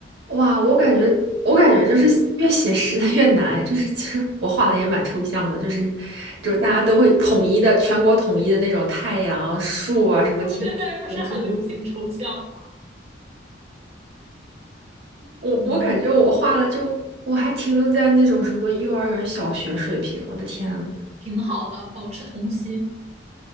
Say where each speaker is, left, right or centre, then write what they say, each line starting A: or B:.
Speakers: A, on the right; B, on the right.
A: 哇，我感觉，我感觉就是越写实的越难，就是其实我画的也蛮抽象的，就是，就大家都会统一的，全国统一的那种太阳、树啊，什么天空，
B: <laughs> 现在不是很流行抽象吗？
A: 这种。我我感觉我画的就我还停留在那种什么幼儿园、
B: 嗯，
A: 小学水平，我的天啊
B: 挺好的，保持童心。